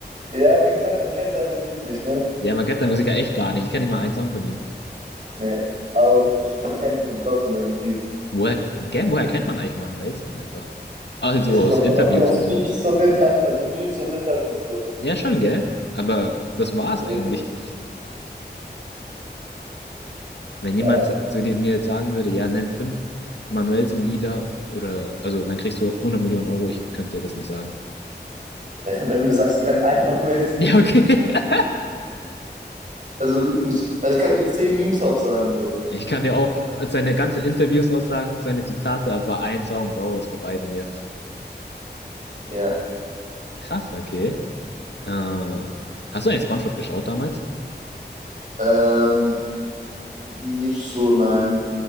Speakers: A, on the right; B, on the left.
A: Ja, wie gesagt, man kennt seine Musik nicht, ne?
B: Ja, man kennt seinen Musiker echt gar nicht. Ich kenne nicht mal einen Song von ihm.
A: Nee. Aber man kennt ihn trotzdem irgendwie.
B: Woher, gell, woher kennt man eigentlich Manuel Wilson einfach? Also
A: Ich
B: aus
A: glaube
B: Interviews
A: einfach nur aus
B: und
A: Memes
B: so.
A: und, Inter also Memes und Interviews so.
B: Ja, schon, gell? Aber das war's
A: Ja,
B: eigentlich. Wenn
A: ja.
B: jemand zu zu dir- mir jetzt sagen würde, ja, nenn fünf Manuelsen-Lieder oder, also dann kriegst du hundert Millionen Euro, ich könnte dir das nicht sagen.
A: <laughs> Wenn du mir sagst, Glenn Einmann, du ist
B: Ja, okay. <laughs>
A: Also wirklich. nicht. Also ich kann dir zehn Memes aufsagen, so.
B: Ich kann dir auch seine ganzen Interviews aussagen, seine Zitate, aber ein Song, Bro, ist vorbei bei mir.
A: Ja,
B: Krass, okay. Äh, hast du eigentlich SpongeBob geschaut damals?
A: Ähm, nicht so, nein.